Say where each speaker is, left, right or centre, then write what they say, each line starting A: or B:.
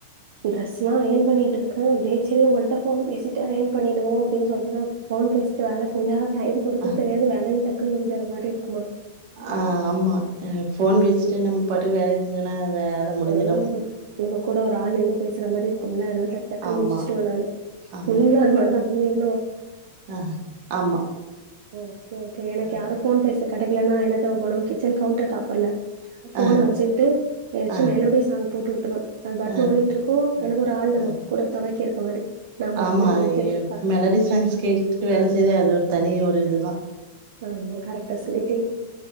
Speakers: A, on the right (about 65°); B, on the right (about 50°).
A: ட்ரரெஸ்ல்லாம் அயன் பண்ணிட்ருக்கன் அப்டியே சேரி உங்கள்ட்ட போன் பேசிட்டு அயன் பண்ணிடுவோம் அப்டின்னு சொல்லிட்டு தா போன் பேசிட்டு வேல செஞ்சா டைம் போறது
B: ஆ
A: தெரியாது வேலயும் டக் முஞ்சர மாரி இருக்
B: ஆ ஆமா போன் பேசிட்டே நம் பாட்டுக்கு வேலை செஞ்னா வேல முடிஞ்சிடும்
A: ஆ நம்ம கூட ஒரு ஆள் நின்னு பே மாதிரி இருக்கும்ல அதனால டக் டக்குனு
B: ஆமா
A: முடிச்சுடுவேன் நானு
B: ஆமா
A: நீங்களும் அது மாரி தா நீங்களும்
B: ஆ ஆமா
A: ம் ஓகே எனக்கு
B: அ
A: யாரும் போன் பேச கட் டைல் இல்லன்னா என்னத்த போடணும் கிச்சன் கவுண்டர் டாப்பர்ல போன்னா
B: ஆ
A: வச்சுட்டு எ
B: ஆ
A: மெலோடி சாங் போட்டு விட்டுருவேன் அது பாட்டுக்கு
B: ஆ
A: ஓடிட்டு இருக்கும்
B: ஆ
A: எனக்கு ஒரு ஆள் நமக்கு
B: ஆ
A: கூட தொணைக்கு அது மாரி நா பாட்டுன்னு
B: ஆமா
A: சமைச்சிட்ருப்பே
B: மெலடி சாயங்ஸ் கேட்டுட்டு வேலை செய்த அது ஒரு தனி ஒரு இது தா
A: ஆமா கரெட் கசிலி